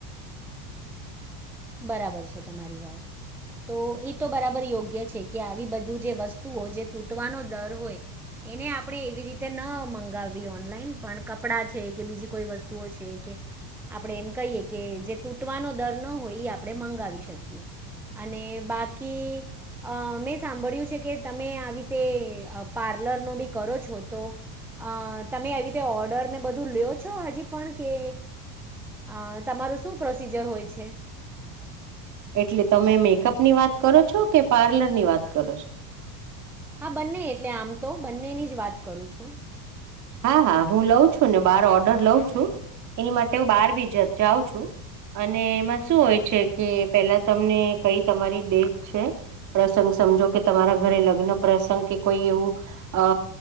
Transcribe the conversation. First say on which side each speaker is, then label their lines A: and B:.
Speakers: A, in the centre; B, on the right.
A: બરાબર છે તમારી વાત. તો એ તો બરાબર યોગ્ય છે કે આવી બધું જે વસ્તુઓ જે તૂટવાનો દર હોય એને આપણે એવી રીતે ન મંગાવવી ઓનલાઈન પણ કપડાં છે કે બીજી કોઈ વસ્તુઓ છે કે આપણે એમ કહીએ કે જે તૂટવાનો દર ન હોય એ આપણે મંગાવી શકીએ. અને બાકી અ મેં સાંભળ્યું છે કે તમે આવી તે પાર્લરનો ભી કરો છો તો અ તમે આવી રીતે ઓર્ડર ને બધું લ્યો છો હજી પણ કે અ તમારું શું પ્રોસીજર હોય છે?
B: એટલે તમે મેકઅપ ની વાત કરો છો કે પાર્લરની વાત કરો છો?
A: હા, બંને એટલે આમ તો બંનેની જ વાત કરું છું.
B: હા હા હું લઉં છું ને બાર ઓર્ડર લઉં છું એની માટે હું બહાર બી જાઉં છું. અને એમાં શું હોય છે કે પેલા તમને કઈ તમારી ડેટ છે પ્રસ સમજો કે તમારા ઘરે લગ્ન પ્રસંગ કે કોઈ એવું અ